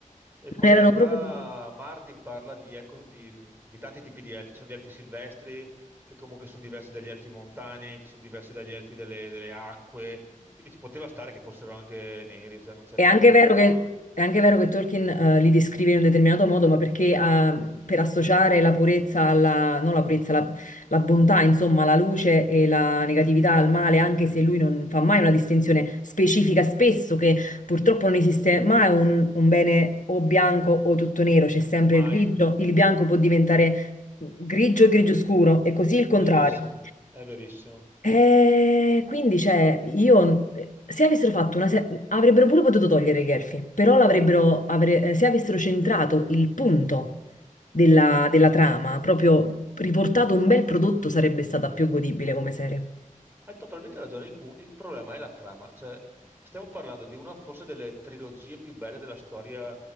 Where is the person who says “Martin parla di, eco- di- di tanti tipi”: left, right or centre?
Right